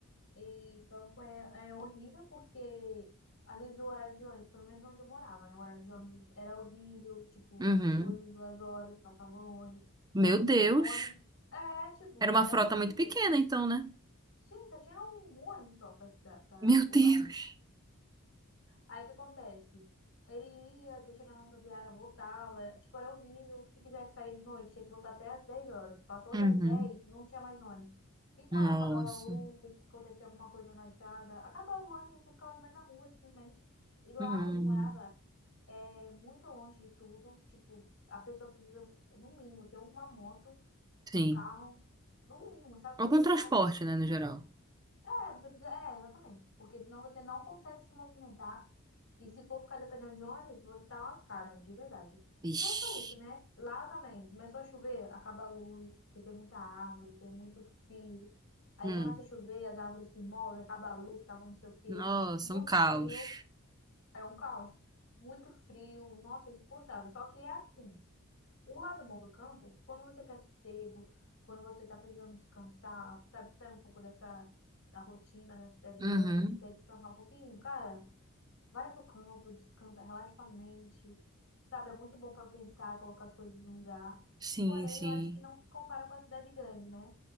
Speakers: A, on the left; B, on the right.
A: E campo é, é horrível porque, às vezes, o horário de ônibus, pelo menos onde eu morava, né? O horário de ônibus era horrível, tipo,
B: Uhum.
A: de duas em duas horas passava ônibus.
B: Meu Deus.
A: Ônibus. É, tipo,
B: Era uma
A: é
B: frota
A: horrível.
B: muito pequena, então, né?
A: Sim, só tinha um ônibus só pra cidade, pra,
B: Meu
A: o
B: Deus.
A: bairro. Aí o que acontece? Ele ia até chegar na rodoviária, voltava, tipo, era horrível. Se quisesse sair de noite, tinha que voltar até às 10 horas. Passou
B: Uhum.
A: das 10, não tinha mais ônibus. E quando
B: Nossa.
A: acabava a luz, acontecia alguma coisa na estrada, acabava o ônibus, você ficava no meio da rua, simplesmente. E lá
B: Uhum.
A: onde eu morava, é muito longe de tudo. Tipo, a pessoa precisa, no mínimo, ter uma moto,
B: Sim.
A: um carro, no mínimo, sabe?
B: Algum
A: Porque
B: transporte,
A: senão a pessoa.
B: né, no geral.
A: É, você precisa. É, exatamente. Porque senão você não consegue se movimentar. E se for ficar dependendo de ônibus, você tá lascada, de verdade. E
B: Ixi.
A: não só isso, né? Lá também, começou a chover, acaba a luz, porque tem muita árvore, tem muito fio. Aí
B: Hum.
A: começa a chover, as árvores se movem, acaba a luz, acaba não sei o quê.
B: Nossa,
A: Muito
B: um caos.
A: frio, é um caos. Muito frio, nossa, é insuportável. Só que é assim, o lado bom do campo, quando você quer sossego, quando você tá precisando descansar, sabe, sair um pouco dessa, da rotina da cidade
B: Uhum.
A: grande, quer descansar um pouquinho, cara... Vai pro campo, descansa, relaxa a mente. Sabe, é muito bom para pensar, colocar as coisas no lugar.
B: Sim,
A: Porém,
B: sim.
A: eu acho que não se compara com a cidade grande, né?